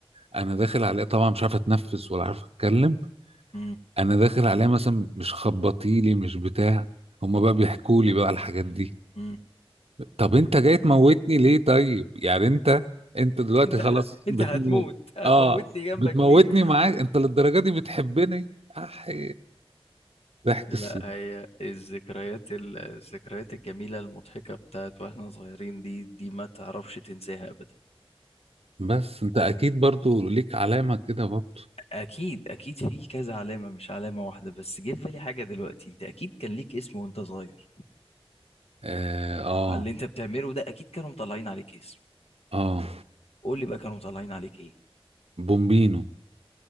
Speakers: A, on the right; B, on the left.
A: انا داخل عليها طبعا مش عارف اتنفس ولا عارف اتكلم
B: مم.
A: انا داخل عليها مثلا مش خبطيلي مش بتاع هما بقى بيحكوا لي بقى الحاجات دي
B: مم.
A: طب انت جاي تموتني ليه طيب يعني انت انت دلوقتي
B: انت
A: خلاص
B: ه... انت
A: بتموت
B: هتموت هتموتني
A: اه
B: جنبك
A: بتموتني
B: ليه <laughs>
A: معاك انت للدرجه دي بتحبني احي ضحك
B: لا
A: السن
B: هي الذكريات ال- الذكريات الجميلة المضحكة بتاعت واحنا صغيرين دي دي ما تعرفش تنساها ابدا
A: بس انت اكيد برضو ليك علامه كده برضو
B: اكيد اكيد في كذا علامة مش علامة واحدة بس جه في بالي حاجة دلوقتي انت اكيد كان ليك اسم وانت صغير
A: اه اه,
B: على اللي انت بتعمله ده اكيد كانوا مطلعين عليك اسم
A: آه.
B: قول لي بقى كانوا مطلعين عليك ايه
A: بومبينو